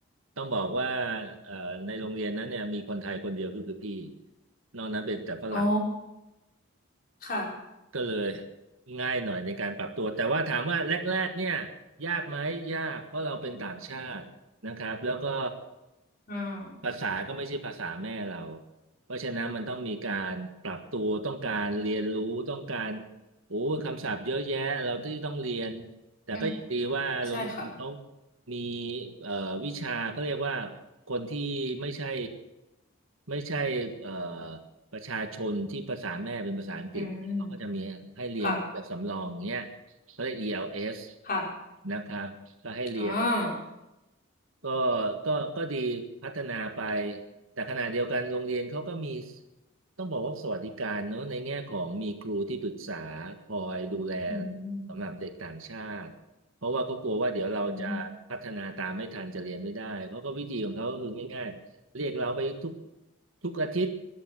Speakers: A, on the right (about 70°); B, on the left (about 40°).
A: ต้องบอกว่าเอ่อในโรงเรียนนั้นเนี่ยมีคนไทยคนเดียวก็คือพี่นอกนั้นเป็นแต่ฝรั่ง
B: อ๋อค่ะ
A: ก็เลยง่ายหน่อยในการปรับตัวแต่ว่าถามว่าแรกๆเนี่ยยากไหมยากเพราะเราเป็นต่างชาตินะครับแล้วก็
B: อ่า
A: ภาษาก็ไม่ใช่ภาษาแม่เราเพราะฉะนั้นมันต้องมีการปรับตัวต้องการเรียนรู้ต้องการโอ้คำศัพท์เยอะแยะเราที่ต้องเรียนแต่ก็ยังดีว่าโรงเรียนเขา
B: อืมใช่ค่ะ
A: มีเอ่อวิชาเขาเรียกว่าคนที่ไม่ใช่ไม่ใช่เอ่อประชาชนที่ภาษาแม่เป็นภาษาอังกฤษ
B: อืม
A: เขาก็จะมีให้เรียนแบบสำรองเนี้ยเขาเรียก
B: ค่ะ
A: ELS
B: ค่ะ
A: นะครับก็ให้เรียน
B: อ่า
A: ก็ก็ก็ดีพัฒนาไป แต่ขณะเดียวกันโรงเรียนเขาก็มี ต้องบอกว่าสวัสดิการเนอะในแง่ของมีครูที่ปรึกษาคอยดูแล
B: อืม
A: สำหรับเด็กต่างชาติ เพราะว่าเขากลัวว่าเดี๋ยวเราจะพัฒนาตามไม่ทันจะเรียนไม่ได้เขาก็วิธีของเขาก็คือง่ายๆ
B: อืม
A: เรียกเราไปทุกทุกอาทิตย์